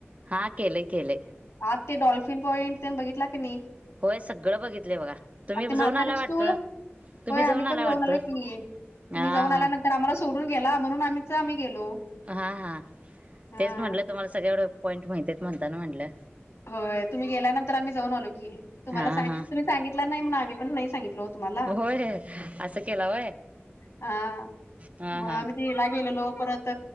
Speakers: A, on the right; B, on the left.
A: हा केले केले
B: आज ते डॉल्फिन पॉइंट बघितला क नाही
A: होय सगळं बघितलंय बघा तुम्ही
B: आणि ते म्हातारीच
A: जाऊन आलाय वाटतं
B: तूळ होय
A: तुम्ही
B: आम्ही पण
A: आलाय
B: जाऊन
A: वाटतं
B: आलो की तुम्ही
A: हा
B: जाऊन
A: हा
B: आल्यानंतर तर आम्हाला सोडून गे म्हून आम्हीच आम्ही गेलो
A: हा हा
B: हा
A: तेच म्हटलं तुम्हाला सगळ एवढं पॉइंट माहितीेत म्हणताना म्हटलं
B: होय तुम्ही गेल्यानंतर आम्ही जाऊनलोी तुम्हाला
A: हा
B: सांग
A: हा
B: तुम्ही सांगितला नाही म्हग आम्ही पण नाही सांगित हो मला
A: होय असं केला वय
B: हा
A: हा
B: मग
A: हा
B: आम् तिला गेलेलो परत